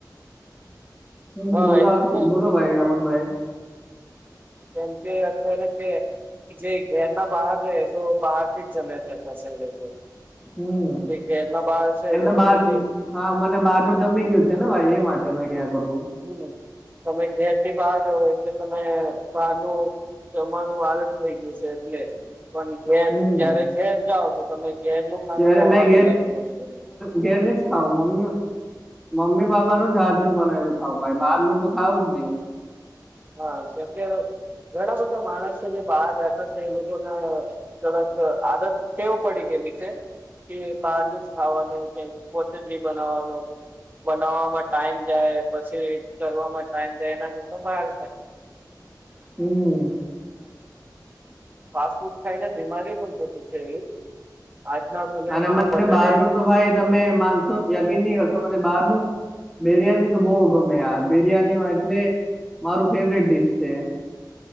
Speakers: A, in the centre; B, on the right.
A: હમ્મ હમ્મ
B: હા
A: બોલો
B: એ તો છે
A: બોલો ભાઈ અમનભાઈ
B: એમપે હત રપ જે ઘેરના બહાર રહે તો બહારથી જ જ્યા ત સૌ લોકો
A: હમ
B: જે ઘેરમાં બાર છે,
A: એમને
B: એ લોકોને
A: બાર
B: જે
A: હા, મને બહાર નું જમી ગયું છે ને ભાઈ એ માટે મે ગયા કરું
B: હમ્મ તમે જેથી બહાર રહો એટલે તમે બારનું જમાવાનું વાર જ થઈ ગયું છે, એટલે પણ ઘેર
A: હમ
B: જયારે ઘેર જાઓ તો તમે ઘેરનુ ખાવું
A: ત્યારે
B: બો
A: મેં
B: હારી લાગે પછી તમને.
A: ઘેર ને જ ખાવ મમ્મી મમ્મી પાપા નું જ હાથ નું બનાયલું ખાવ ભાઈ બારનુ તો ખાવું જ ની.
B: હા કેમ કે ઘણા બધા માણસો જે બહાર રહેતા છે, એ લોકોના ત આદત ટેવ પડી ગેલી કે કે બહાર નું જ ખાવાનું કે <unintelligible> બનાવવાનું. બનાવવામાં ટાઈમ જાય પછી કરવામાં ટાઈમ જાય એના કરતાં બાર
A: હમ
B: <unintelligible> ફાસ્ટ ફૂડ ખાયને બીમારી પણ થતી છે એ. આજના સમયમાં
A: અને મને
B: વધારે
A: બહાર નું તો ભાઈ તમે માનશો યકીન ની કરશો મને બરનું બિરિયાની તો બોઉ ગમે યાર બિરિયાનીમાં એટલે મારું ફેવરેટ ડીશ છે.